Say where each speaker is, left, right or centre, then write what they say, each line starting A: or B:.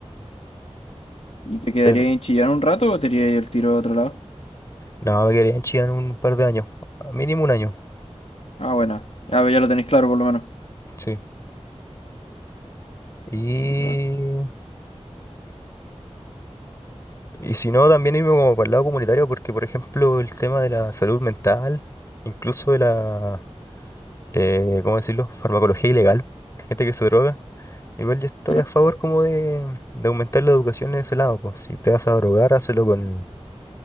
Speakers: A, on the left; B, on the left.
A: ¿Y te quedaría
B: Pero
A: en Chillán un rato o te irías el tiro a otro lado?
B: no, me quedaría en Chillán un par de años, mínimo un año.
A: Ah, buena, Ya, pues ya lo tenéis claro por lo menos.
B: Sí. Y,
A: Sí, va,
B: y si no, también irme como para el lado comunitario, porque por ejemplo el tema de la salud mental, incluso de la, eh, ¿cómo decirlo?, farmacología ilegal, gente que se droga, igual yo estoy
A: claro.
B: a favor como de, de aumentar la educación en ese lado, pues si te vas a drogar, hazlo con,